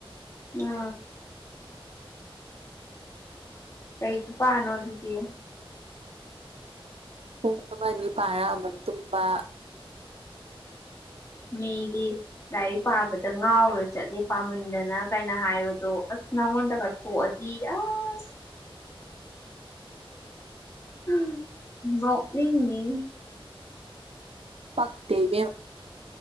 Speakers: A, on the left; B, on the right.
A: ꯉꯥ ꯀꯩ ꯈꯨꯄꯅꯣꯗꯨꯗꯤ
B: ꯄꯨꯡ ꯑꯃꯅꯤ ꯄꯔ ꯑꯃꯨꯛ ꯇꯨꯝꯕ
A: ꯃꯤꯗꯤ ꯂꯥꯏꯔꯤꯛ ꯄꯥꯕꯗ ꯉꯥꯎꯔ ꯆꯠꯂꯦ ꯄꯥꯃꯟꯗꯅ ꯀꯥꯏꯅ ꯍꯥꯏꯕꯗꯣ ꯑꯁ ꯅꯪꯉꯣꯟꯗꯒ ꯊꯣꯛꯑꯗꯤ ꯑꯁ ꯎꯝ ꯅꯣꯛꯅꯤꯡꯅꯤ
B: ꯄꯛꯇꯦ ꯏꯕꯦꯝꯃꯥ